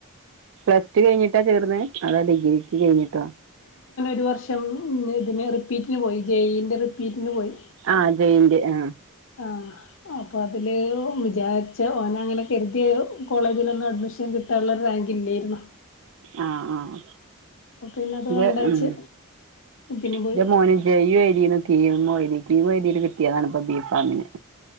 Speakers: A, on the right; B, on the left.
A: പ്ലസ് ടു കഴിഞ്ഞിട്ടാ ചേർന്ന്? അതാ ഡിഗ്രിക്ക് കഴിഞ്ഞിട്ടോ?
B: രു വർഷം ഇതിന് റിപ്പീറ്റിന് പോയി ജെ ഈ ന്റെ റിപ്പീറ്റിന് പോയി.
A: ആ ജെ ഈൻ്റെ, ആഹ്.
B: ആഹ് അപ്പൊ അതില് വിചാരിച്ച ഓന അങ്ങനെ കരുതിയ കോളേജിലൊന്നും അഡ്മിഷൻ കിട്ടാള്ള ഒരു റാങ്ക് ഇല്യേര്ന്നു.
A: ആഹ് ആഹ്
B: പിന്നെ അത്
A: ഇൻ്റെ
B: വേണ്ടാച്ച്
A: ഉം
B: പിന്നെ
A: ഇൻ്റെ
B: പോയി
A: മോന് ജെ യും എഴ്തീന്നു കീമും എഴ്തി കീമ് എഴ്തീട്ട് കിട്ടിയതാണ് ഇപ്പൊ ബി ഫാമിന്.